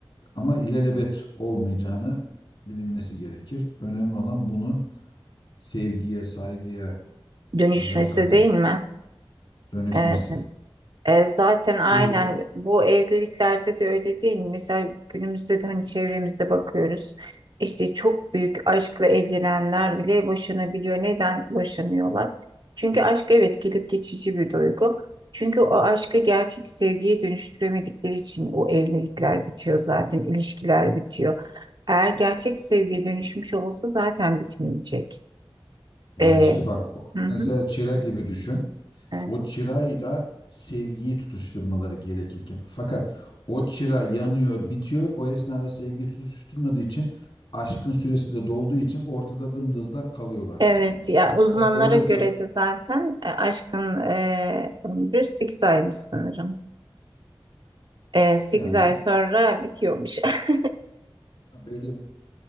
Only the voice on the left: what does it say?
ama ilelebet olmayacağını bilinmesi gerekir. Önemli olan bunun sevgiye, saygıya,
sadakate
dönüşmesi.
Doğru.
Yani
işte bak o
mesela çıra gibi düşün.
O çırayla sevgiyi tutuşturmaları gerekirken fakat o çıra yanıyor, bitiyor. O esnada sevgi tutuşturmadığı için aşkın süresi de dolduğu için ortada dımdızlak kalıyorlar
yani.
O- Oradaki
yani
Ha, Böyle